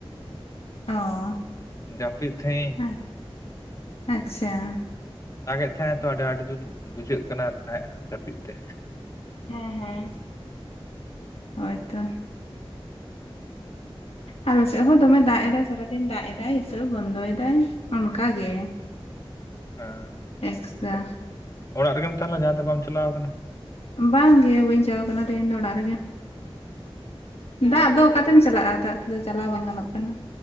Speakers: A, on the left (about 75°); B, on the left (about 35°).
A: ᱚ,
B: ᱡᱟᱹᱯᱤᱫ ᱛᱟᱦᱮᱸᱜ ᱤᱧ
A: ᱦᱮᱸ, ᱟᱪᱪᱷᱟ᱾
B: ᱫᱟᱜᱮᱫ ᱛᱟᱦᱮᱸᱜ ᱟᱛᱚ ᱟᱹᱰᱤ ᱟᱹᱰᱤ ᱡᱳᱨ ᱵᱩᱡᱷᱟᱹᱜ ᱠᱟᱱᱟ ᱛᱟᱦᱮᱸᱫ ᱡᱟᱹᱯᱤᱫ ᱛᱮ᱾
A: ᱦᱮᱸ ᱦᱮᱸ, ᱦᱳᱭᱛᱚ᱾ ᱟᱞᱮ ᱥᱮᱫ ᱦᱚᱸ ᱫᱚᱢᱮ ᱫᱟᱜ ᱮᱫᱟᱭ ᱥᱟᱨᱟ ᱫᱤᱱ ᱫᱟᱜ ᱮᱫᱟᱭ ᱦᱤᱛᱟᱹᱜ ᱵᱚᱱᱫᱚᱭ ᱫᱟᱭ ᱚᱱᱠᱟ ᱜᱮ᱾
B: ᱦᱮᱸ,
A: ᱮᱠᱥᱟ
B: ᱛᱟᱦᱚᱞᱮ ᱚᱲᱟᱜ ᱨᱮᱜᱮᱢ ᱛᱟᱦᱮᱸᱞᱮᱱᱟ ᱡᱟᱦᱟᱸ ᱫᱚ ᱵᱟᱢ ᱪᱟᱞᱟᱣ ᱠᱟᱱᱟ᱾
A: ᱵᱟᱝ ᱜᱮ ᱵᱟᱹᱧ ᱪᱟᱞᱟᱣ ᱠᱟᱱᱟ ᱛᱮᱦᱮᱧ ᱫᱚ ᱚᱲᱟᱜ ᱨᱮᱜᱮ᱾ ᱫᱟᱜ ᱫᱚ ᱚᱠᱟᱛᱮᱢ ᱪᱟᱞᱟᱜ-ᱟ ᱫᱟᱜ ᱛᱮᱫᱚ ᱪᱟᱞᱟᱣ ᱵᱟᱝ ᱜᱟᱱᱚᱜ ᱠᱟᱱᱟ᱾